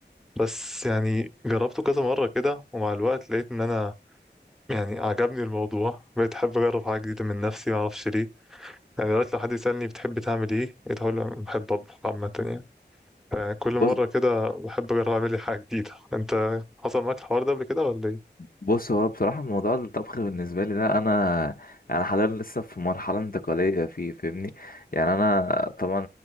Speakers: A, in the centre; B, on the left (about 50°).
A: بس يعني جربته كذا مره كده ومع الوقت لقيت ان انا يعني عجبني الموضوع بقيت احب اجرب حاجه جديده من نفسي ما اعرفش ليه يعني دلوقتي لو حد يسألني بتحب تعمل ايه بقيت هقول له أنا بحب اطبخ عامة يعني فكل مرة
B: بص
A: كده بحب اجرب اعمل لي حاجة جديدة انت حصل معاك الحوار ده قبل كده ولا ايه
B: بص هو بصراحة موضوع الطبخ بالنسبة لي ده أنا أنا حاليا لسه في مرحلة انتقالية فيه فاهمني يعني أنا طبعا